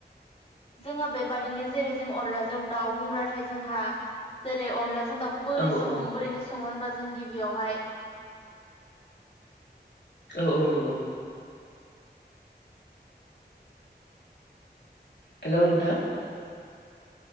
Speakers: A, on the left; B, on the left.
A: जोङो बेबाददिनो जेरै जों अनलाजों दाउ बुंब्लाथाय जोंहा जेरै अनलाजों जों दाउखौ बोरै
B: औ औ
A: सङो बोरैहाय सङो होनोमब्ला जों गिबियावहाय
B: औ औ नंगौ। हेलौ, ' नोंथां।